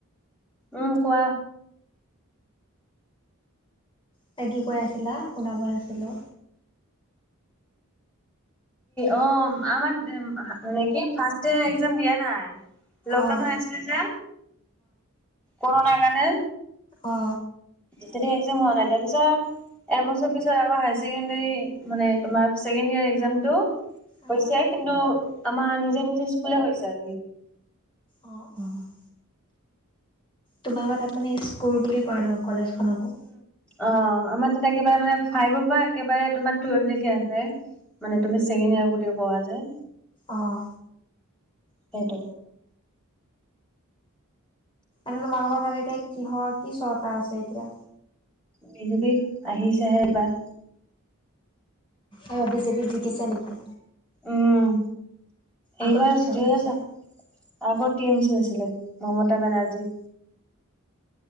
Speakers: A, in the centre; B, on the left.
A: উম কোৱা।
B: তে কি কৈ আছিলা শুনা পোৱা নাছিলো।
A: অ আমাৰ মানে কি ফাৰ্ষ্ট ইয়েৰ এস্কজাম দিয়া নাই। লকডাউন
B: অ'।
A: হৈ আছিলে যে। কৰনাই মানে?
B: অঁ।
A: তেতিয়া একজাম হোৱা নাই তাৰ পিছত এবছৰ পিছত আকৌ হাই ছেকেণ্ডাৰী মানে তোমাৰ ছেকেনিয়েৰ একজামটো
B: অ'।
A: হৈছে কিন্তু আমাৰ নিজে নিজে স্কুলতে হৈছে।
B: অ', অ', তোমালোকৰ তাত মানে স্কুল বুলি কয় ন? কলেজখনকো?
A: অ আমাৰ তাতে একেবাৰে মানে ফাইভৰ পৰা একেবাৰে তোমাৰ টুৱেল্ভ লেকে আছে, মানে তুমি ছেকেণ্ড ইয়েৰ বুলি কোৱা যে।
B: অহ।
A: সেইটো।
B: এনে তোমালোকৰ তাত এতিয়া কিহৰ কি চৰকাৰ আছে এতিয়া?
A: বি জে পি, আহিছেহে এইবাৰ।
B: অ বিজেপি জিকিছে নেকি?
A: উম।
B: আগত
A: এইবাৰ
B: কি চৰকাৰ
A: জিয়ে
B: আছিল?
A: ছা আগৰ টি এম চি আছিলে, মমতা বেনাৰ্জী।